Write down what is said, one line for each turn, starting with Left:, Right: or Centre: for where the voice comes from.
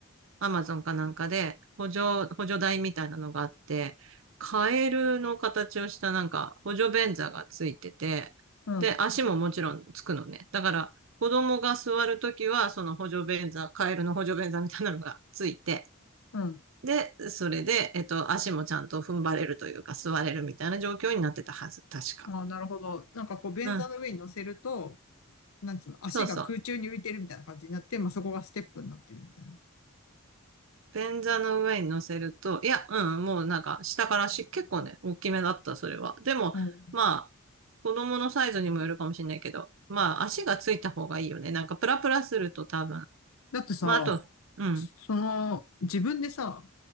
Right: ー、アマゾンかなんかで、補助、補助台みたいなのがあって、カエルの形をしたなんか補助便座がついてて、
Left: うん、
Right: で、足ももちろんつくのね。だから、子供が座るときは、その補助便座、カエルの補助便座みたいなのがついて、
Left: うん。
Right: で、それで、えっと、足もちゃんと踏ん張れるというか、座れるみたいな状況になってたはず、確か。
Left: ああ、なるほど。なんかこう、便座の上に乗せると、
Right: うん。
Left: なんつうの、足が空中に浮いてるみたいな感じになって、
Right: そうそう。
Left: まあ、そこがステップになってるみたいな。
Right: 便座の上に乗せると、いや、うん、もうなんか下からし、結構ね、大きめだった、それは。でも、
Left: うん。
Right: まあ、子供のサイズにもよるかもしれないけど、まあ、足がついた方がいいよね。なんか、プラプラすると多分。
Left: だってさ、
Right: まあ、あと、うん。
Left: その、自分でさ、